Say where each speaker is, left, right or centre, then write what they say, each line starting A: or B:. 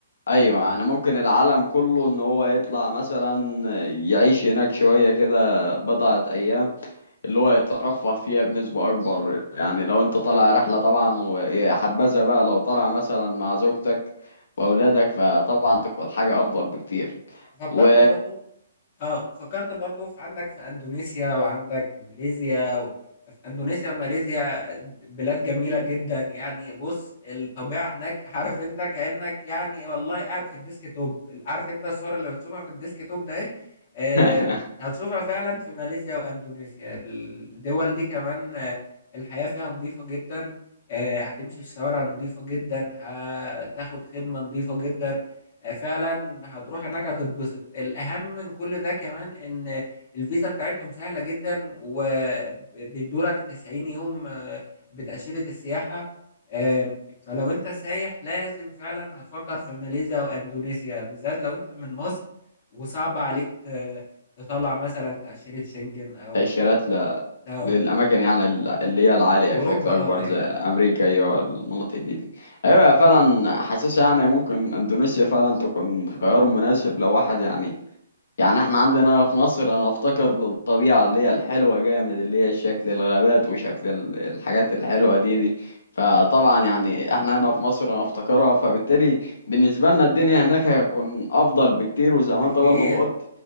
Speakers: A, on the left; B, on the left.
A: أيوة يعني ممكن العالم كله إن هو يطلع مثلا يعيش هناك شوية كده بضعة أيام اللي هو يترفه فيها بنسبة أكبر يعني لو أنت طالع رحلة طبعا وحبذا بقى لو طالع مثلا مع زوجتك وأولادك فطبعا تكون حاجة أفضل بكتير
B: فكرت
A: و
B: برضو اه فكرت برضو في عندك في اندونيسيا وعندك ماليزيا و... في اندونيسيا وماليزيا بلاد جميلة جدا يعني بص الطبيعة هناك عارف انت كأنك يعني والله قاعد في الديسك توب عارف انت الصور اللي بتشوفها في الديسك توب ده ايه آه
A: <laughs>
B: هتشوفها فعلا في ماليزيا واندونيسيا الدول دي كمان آه، الحياة فيها نظيفة جدا آه هتمشي الشوارع نظيفة جدا هتاخد خدمة نظيفة جدا آه، فعلا هتروح هناك هتتبسط الأهم من كل ده كمان إن الفيزا بتاعتهم سهلة جدا وبيدولك 90 يوم آه، بتأشيرة السياحة آم، فلو أنت سايح لازم فعلا هتفكر في ماليزيا وأندونيسيا بالذات لو أنت من مصر وصعب عليك ت- تطلع مثلا تأشيرة شنجن أو
A: تأشيرات ل-
B: أو
A: للأماكن يعني ال- اللي هي العالية
B: أوروبا
A: بشكل أكبر
B: أه أيوه
A: زي أمريكا أيوة المناطق دي, دي أيوة فعلا حاسسها يعني ممكن إندونيسيا فعلا تكون خيار مناسب لو واحد يعني يعني احنا عندنا في مصر انا افتكر للطبيعة اللي هي الحلوة جامد اللي هي شكل الغابات وشكل ال- الحاجات الحلوة دي دي فطبعا يعني احنا هنا في مصر انا افتكرها فبالتالي بالنسبة لنا الدنيا هناك هتكون افضل بكتير وزي
B: بكتير
A: ما انت برضه ما قلت